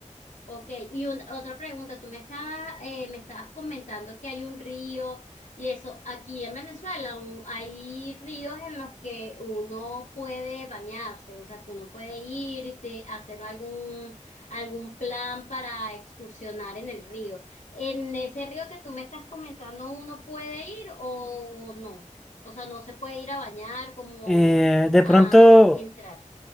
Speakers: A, on the left; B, in the centre.
A: Ok, y un- otra pregunta, tú me estabas, eh, me estabas comentando que hay un río y eso, aquí en Venezuela un- hay ríos en los que uno puede bañarse, o sea, que uno puede ir y te- hacer algún, algún plan para excursionar en el río. ¿En ese río que tú me estás comentando uno puede ir o no? O sea, no se puede ir a bañar como
B: Eh, de
A: a
B: pronto,
A: entrar.